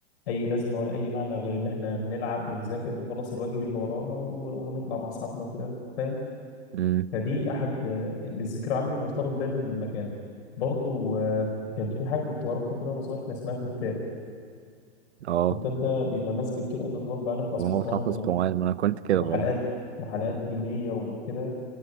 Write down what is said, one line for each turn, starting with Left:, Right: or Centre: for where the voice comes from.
Left: اي لازمه ولا اي معنى غير ان احنا نلعب ونذاكر ونخلص الواجب اللي ورانا و- ونطلع مع اصحابنا وكده فاهم
Right: امم
Left: فدي احد آه، الذكرى عني مرتبطه دايما بالمكان برضو آه، كان في حاجه كنت بروحها كده وانا صغير كان اسمها كتاب
Right: اه
Left: كتاب ده بيبقى مسجد كده بنروح بقى نحفظ
Right: الموضوع
Left: قرآن
Right: تحفظ قرآن ما انا كنت كده
Left: وحلقات
Right: برضه.
Left: وحلقات دينية وكده